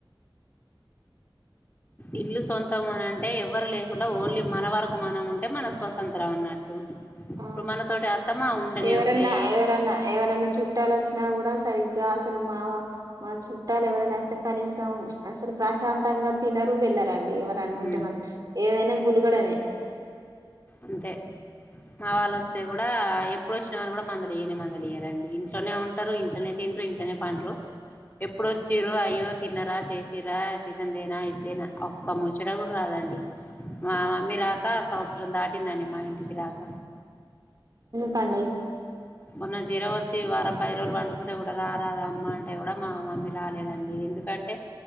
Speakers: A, on the left; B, on the right.
A: ఇల్లు సొంతం అని అంటే ఎవరు లేకుండా ఓన్లీ మన వరకు మనం ఉంటే మన స్వతంత్రం అన్నట్టు
B: ఆ
A: ఇప్పుడు మనతోటి అత్తమ్మ ఉండనే
B: ఎవరన్నా
A: ఉండే
B: ఎవరన్నా ఎవరన్నా చుట్టాల కూడా సరిగగా అసలు మా మా చుట్టాలు ఎవరైనా వస్తే కనీసం అసలు ప్రశాంత ంగా తినరు వెళ్ళారంండి ఎవరు అని ఉంటే
A: ఉమ్
B: మన ఏదైనా గులుకడమే
A: అంతే మా వాళ్ళ వస్తే కూడా ఇప్పుడు వచ్చిన వాని కూడా మందలు ఇయనే మందలు ఇయ్యారంండి ఇంట్లోనే ఉంటారు ఇంట్లోనే తింటరు ఇంట్నే పంటరు ఎప్పుడుొచ్చిరు అయ్యో తిన్నరా చేసిరా సిికందేనా ఇద్దేనా ఒక్క ముచ్చడగురు రాద ం మా మమ్మీ రాక సంవత్సరం దాటిందండి మా ఇంటికి రాక
B: కండడి
A: మొన్న జీర వచ్చి వారం పది రోజులు వండుకుంటే కూడా రారదామ్మ అంటే కూడా మా మమ్మీ రాలేదండి ఎందుకంటే